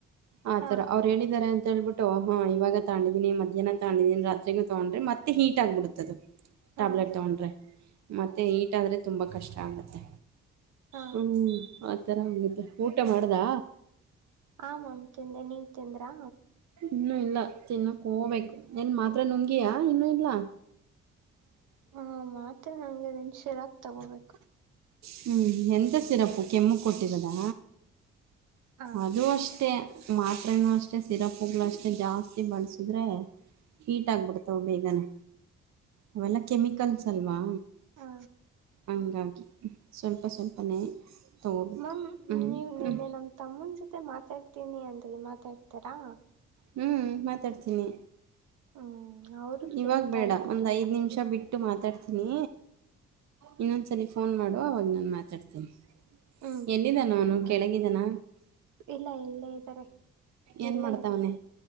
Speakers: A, on the right; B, on the right.
A: ಆ
B: ಹಾ
A: ಥರ ಅವ್ರು ಹೇಳಿದ್ದಾರೆ ಅಂತ ಅಂತ ಹೇಳ್ಬಿಟ್ಟು ಹಾ ಇವಾಗ ತಗೊಂಡಿದೀನ ಮ್ಯಾಹ್ನ ತಗೊಂಡೀನಿ ರಾತ್ರಿಗ ತಗೊಂಡ್ರೆ ಮತ್ತೆ ಹೀಟ್ ಆಗ್ಬಡತದು
B: ಹಾ
A: ಟ್ಯಾಬ್ಲೆಟ್ ತಗೊಂಡ್ರೆ ಮತ್ತೆ ಈಟಾದ್ರೆ ತುಂಬಾ ಕಷ್ಟ ಆಗತ್ತೆ
B: ಹಾ
A: ಹ್ಮ್ ಆತರ ಆಗುತ್ತೆ ಊಟ ಮಾಡ್ದಾ
B: ಆಮಾಮ್ ತಿಂದೆ ನೀವ್ ತಿಂದ್ರಾ
A: ಇನ್ನೂ ಇಲ್ಲ ತಿನ್ನಕ್ಕೆ ಹೋಗ್ಬೇಕು ಏನು ಮಾತ್ರ ನುಂಗಿಯ ಇನ್ನೂ ಇಲ್ಲ
B: ಹ ಮಾತ್ ನಂಗೆ ನಿನ್ ಶಿರಾಕ್ ತಗೋಬೇಕು
A: ಹ್ಞ ಎಂಥ ಸಿರಪ್ಪು ಕೆಮ್ಮು ಕೊಟ್ಟರದಾ
B: ಹ
A: ಅದುೂ ಅಷ್ಟೇ ಮಾತ್ರೆ ನು ಅಷ್ಟೇ ಸಿರಪ್ಗ್ಗಳು ಅಷ್ಟೆ ಜಾಸ್ತಿ ಬಳಸಿದ್ರೆ ಹೀಟ್ ಆಗ್ಬಿಡ್ತಾವ ಬೇಗನೆ ಅವೆಲ್ಲ ಕೆಮಿಕಲ್ಸ್ ಅಲ್ವಾ
B: ಹ
A: ಹಂಗಾಗಿ ಸ್ವಲ್ಪ ಸ್ವಲ್ಪನೇ ತಗೋಬೇಕು
B: ಮ್ಯಾಮ್
A: ಹ್ಞೂ
B: ನೀವ್ ನಿನ್ನೆ
A: ಹ್ಞೂ
B: ನಮ್ ತಮ್ಮನ ಜೊತೆ ಮಾತಾಡ್ತೀನಿ ಅಂದೆ ಮಾತಾಡ್ತಾರಾ
A: ಹ್ಮ್ ಮಾತಾಡ್ತೀನಿ
B: ಹ್ಮ್ ಅವರು
A: ಇವಾಗ
B: ಕೇಳ್ತಾ
A: ಬೇಡ
B: ಇದ್ರು
A: ಒಂದು
B: ನಿಮ್ನ್ನ
A: ಐದು ನಿಮಿಷ ಬಿಟ್ಟು ಮಾತಾಡ್ತೀನಿ ಇನ್ನೊಂದ್ಸಲ ಫೋನ್ ಮಾಡು ಅವಾಗ ನಾನು ಮಾತಾಡ್ತೀನಿ
B: ಹ್ಮ್
A: ಎಂದಿದಾನ ಅವನು ಕೆಳಗಿದಾನ
B: ಇಲ್ಲ ಇಲ್ಲೇ ಇದ್ದಾರೆ ಜಿರಳೆ
A: ಏನು ಮಾಡ್ತಾವನೆ
B: ಅವು